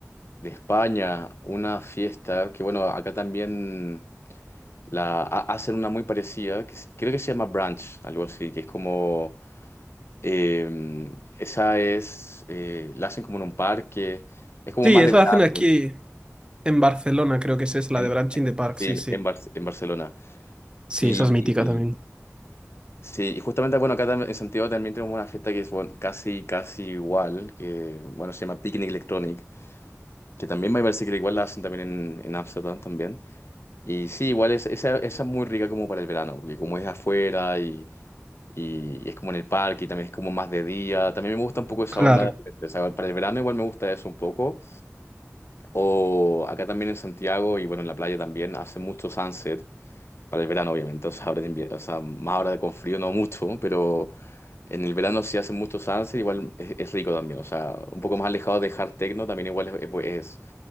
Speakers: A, on the left; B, on the right.
A: de España, una fiesta que bueno, acá también la ha- hacen una muy parecida, que es- creo que se llama brunch, algo así, que es como eh, esa es, eh, la hacen como en un parque, es como
B: Sí,
A: más
B: eso
A: de verano
B: hacen aquí. En Barcelona creo que esa es la
A: en,
B: de Branching the Park,
A: sí,
B: sí, sí.
A: en, Bar- en Barcelona.
B: Sí,
A: Y,
B: esa es mítica
A: y-
B: también.
A: sí, y justamente, bueno, acá tam- en Santiago también tenemos una fiesta que es bueno, casi, casi igual, que bueno, se llama Picnic Electronic, que también me parece que igual la hacen también en, en Ámsterdam también. Y sí, igual es, esa, esa es muy rica como para el verano, porque como es afuera y, y- y es como en el parque y también es como más de día, también me gusta un poco esa
B: Claro,
A: onda, o sea, para el verano igual me gusta eso un poco. O acá también en Santiago y bueno, en la playa también hace mucho sunset, para el verano obviamente, o sea, ahora de invierno, o sea, más ahora con frío no mucho, pero en el verano sí hace mucho sunset, igual es, es rico también, o sea, un poco más alejado de hard techno también igual es, es, es-